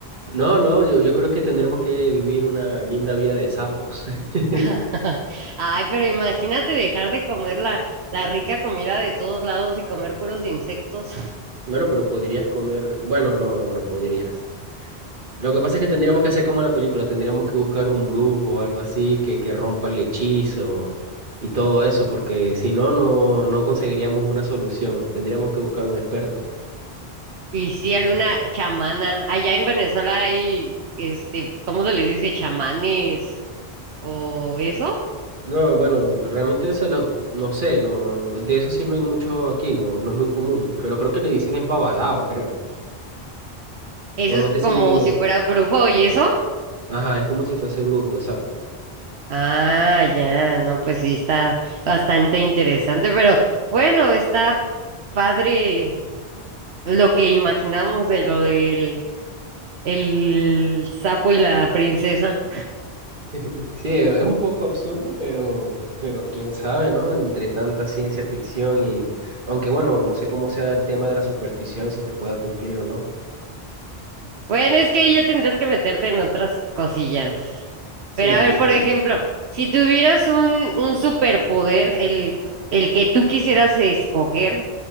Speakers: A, on the right (about 50°); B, on the right (about 80°).
A: No, no, yo, yo creo que tendremos que vivir una linda vida de sapos. <laughs>
B: <laughs> Ay, pero imagínate dejar de comer la, la rica comida de todos lados y comer puros insectos.
A: Bueno, pero podrías comer, bueno, no, no, no podrías. Lo que pasa es que tendríamos que hacer como en la película, tendríamos que buscar un brujo o algo así que, que rompa el hechizo y todo eso, porque si no, no, no conseguiríamos una solución, tendríamos que buscar un experto.
B: Y sí, alguna chamana. Allá en Venezuela hay, este, ¿cómo se les dice? Chamanes o eso.
A: No, bueno, realmente eso lo, no sé, no, de eso sí no hay mucho aquí, no, no es muy común, pero creo que le dicen es babalao, creo.
B: Eso
A: O no
B: es
A: sé si,
B: como si fuera brujo y eso.
A: ajá, es como si fuese brujo, exacto.
B: Ah, ya, no, pues sí, está bastante interesante, pero bueno, está padre lo que imaginamos de lo del el sapo y la princesa.
A: <laughs> Sí, es un poco absurdo, pero, pero quién sabe, ¿no? Entre tanta ciencia ficción y, aunque bueno, no sé cómo sea el tema de la superstición, si se pueda cumplir o no.
B: Bueno, es que ahí ya tendrías que meterte en otras cosillas.
A: Sí,
B: Pero a ver,
A: sí,
B: por ejemplo,
A: sí.
B: si tuvieras un, un superpoder, el, el que tú quisieras escoger,